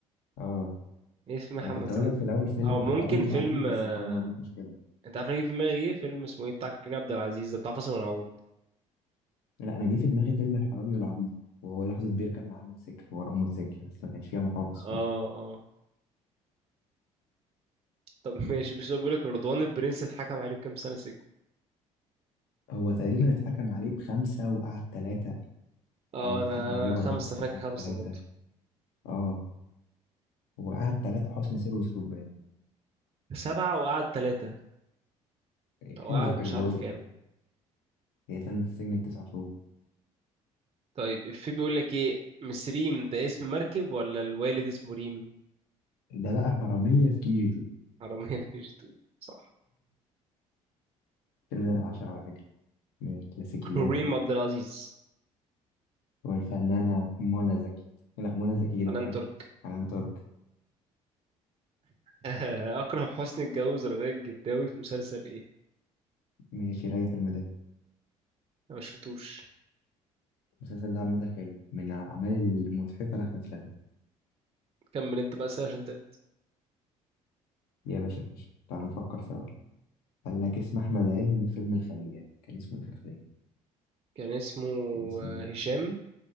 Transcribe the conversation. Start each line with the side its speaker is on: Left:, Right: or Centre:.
Left: اه
Right: ايه في محمد
Left: أنا كنت
Right: سعد
Left: أقول لك في الأول فيلم
Right: او
Left: الحرامي
Right: ممكن
Left: والعبيط
Right: فيلم
Left: بس
Right: آه،
Left: الحرامي والعبيط مش كده
Right: انت عارف انا جه في دماغي ايه فيلم اسمه ايه بتاع كريم عبد العزيز ده بتاع فاصل ونعود
Left: لا أنا جه في دماغي فيلم الحرامي والعبيط وهو لحظة بيركب معاه الموتوسيكل وراه الموتوسيكل بس ما كانش فيها محافظ
Right: اه
Left: خالص
Right: اه طب <laughs> ماشي مش بقول لك رضوان البرنس اتحكم عليه بكام سنة سجن
Left: هو تقريبا اتحكم عليه بخمسة وقعد ثلاثة
Right: اه
Left: أو اتحكم
Right: انا
Left: عليه
Right: انا
Left: بأربعة
Right: خمسة فاكر
Left: وقعد
Right: خمسة
Left: ثلاثة
Right: برضه
Left: اه هو قعد ثلاثة حسن سير وسلوك باين
Right: سبعة وقعد ثلاثة او
Left: حلو
Right: قعد
Left: حلو
Right: مش عارف
Left: رضا
Right: كام
Left: هي سنة السجن التسع شهور
Right: طيب في بيقول لك ايه مسريم ده اسم مركب ولا الوالد اسمه ريم
Left: ده بقى حرامية في كي جي 2
Right: حرامية في كيجي 2 صح
Left: الفيلم ده أنا بعشقه على فكرة من الكلاسيكيات
Right: كريم
Left: ده
Right: عبد العزيز
Left: والفنانة منى زكي لا منى زكي دي
Right: حنان
Left: أختها
Right: ترك
Left: حنان ترك
Right: <laughs> أكرم حسني اتجوز رغاية الجداوي في مسلسل إيه؟
Left: ماشي ريح الميدان
Right: أنا ما شفتوش
Left: المسلسل ده عامة حلو من الأعمال المضحكة لأحمد فهمي
Right: كمل أنت بقى سهل عشان تقل.
Left: يا باشا ماشي تعال نفكر سوا قال لك اسم أحمد عز في فيلم الخلية كان اسمه إيه في الخلية؟
Right: كان اسمه
Left: كان اسمه
Right: آه، هشام